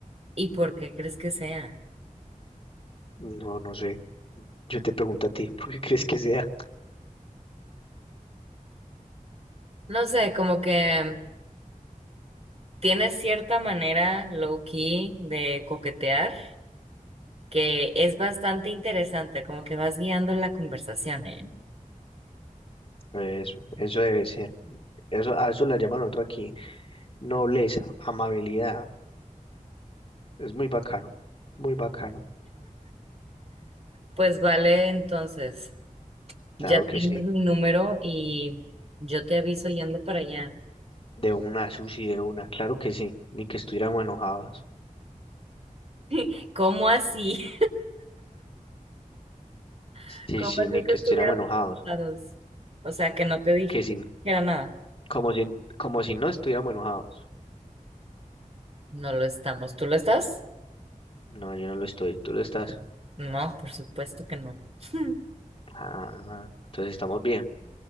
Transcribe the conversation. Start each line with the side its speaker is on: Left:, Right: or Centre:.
Right: ¿Y por qué crees que sea?
Left: No, no sé. Yo te pregunto a ti, <laughs> ¿por qué crees que sea?
Right: No sé, como que tiene cierta manera low-key de coquetear que es bastante interesante, como que vas guiando la conversación, ¿eh?
Left: Eso, eso debe ser. Eso, a eso la llaman otro aquí. Nobleza, amabilidad. Es muy bacano, muy bacano.
Right: Pues vale, entonces,
Left: Claro
Right: ya tienes
Left: que sí.
Right: mi número y yo te aviso yendo para allá.
Left: De una, Susi, de una. Claro que sí. Ni que estuviéramos enojados.
Right: <laughs> ¿Cómo así? <laughs>
Left: Sí,
Right: ¿Cómo
Left: sí,
Right: así
Left: ni
Right: que
Left: que
Right: estuvieron
Left: estuviéramos enojados.
Right: juntados? O sea, que no te dije
Left: Que sin,
Right: que era nada.
Left: como si, como si no estuviéramos enojados.
Right: No lo estamos. ¿Tú lo estás?
Left: No, yo no lo estoy, tú lo estás.
Right: No, por supuesto que no. <laughs>
Left: Ah, entonces estamos bien.